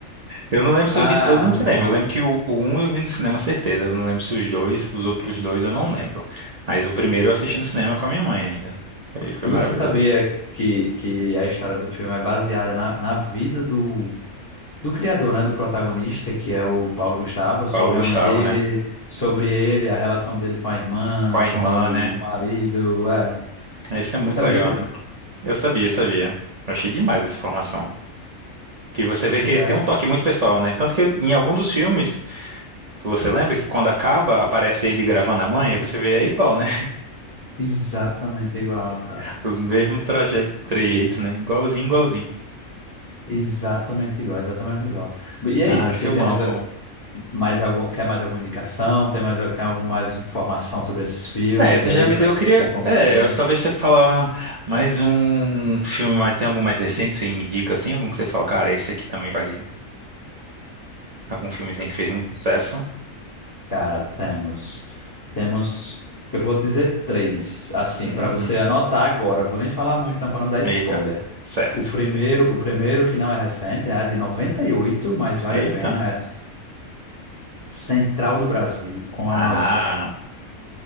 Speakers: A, on the right; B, on the left.
A: Eu não lembro se
B: Ah,
A: eu vi todos no
B: muito
A: cinema.
B: bom.
A: Eu lembro que o, o um eu vi no cinema, certeza. Eu não lembro se os dois, os outros dois eu não lembro. Mas o primeiro eu assisti no cinema com a minha mãe ainda. Foi, foi
B: E
A: maravilhoso.
B: você sabia que, que a história do filme é baseada na, na vida do do criador, né, do protagonista, que é o Paulo Gustavo, sobre
A: Paulo Gustavo,
B: a mãe dele,
A: né?
B: sobre ele, a relação dele com a irmã,
A: Com a
B: com
A: irmã, né?
B: o marido, é.
A: Isso
B: Você
A: é muito
B: sabia
A: legal,
B: disso?
A: né? Eu sabia, sabia. Eu achei demais essa informação. Que você vê
B: Pois
A: que
B: é,
A: tem um toque muito pessoal, né? Tanto que em algum dos filmes, você lembra que quando acaba, aparece ele gravando a mãe, aí você vê, é igual, né?
B: exatamente igual, cara.
A: <laughs> Os mesmos traje- trejeitos, né? Igualzinho, igualzinho.
B: Exatamente igual, exatamente igual. E aí,
A: Ah,
B: você
A: filmão,
B: tem mais,
A: pô.
B: mais algum, quer mais alguma indicação? Tem mais, quer alguma mais informação sobre esses filmes
A: É, você
B: aí
A: já me
B: para
A: deu, eu queria.
B: te convencer?
A: É, eu- talvez você falar mais um filme, mas tem algum mais recente, você me indica assim? Algum que você fala, cara, esse aqui também vale. Algum filmezinho que fez muito sucesso?
B: Cara, temos. Temos. Eu vou dizer três, assim,
A: Uhum.
B: para você anotar agora. Vou nem falar muito, não, para não dar spoiler.
A: Eita, certo.
B: O primeiro, o primeiro que não é recente, né, é de 98, mas vale
A: Eita.
B: a pena, é S- Central do Brasil, com
A: Ah,
B: a nossa